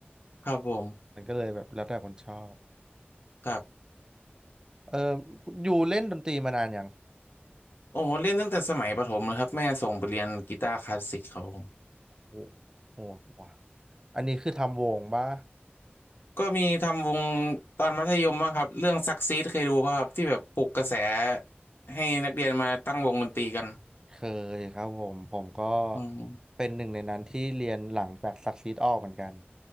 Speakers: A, on the left; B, on the right.
A: ครับผม
B: มันก็เลยแบบแล้วแต่คนชอบ
A: ครับ
B: เอออยู่เล่นดนตรีมานานยัง
A: โอ้โห เล่นตั้งแต่สมัยประถมเลยครับแม่ส่งไปเรียนกีตาร์คลาสสิกครับผม
B: โอ้โหว่ะอันนี้คือทำวงปะ
A: ก็มีทำวงตอนมัธยมบ้างครับ เรื่องซักซีดเคยดูป่ะครับที่แบบปลุกกระแสให้นักเรียนมาตั้งวงดนตรีกัน
B: เคยครับผมผมก็
A: อืม
B: เป็นหนึ่งในนั้นที่เรียนหลังจากซักซีดออกเหมือนกัน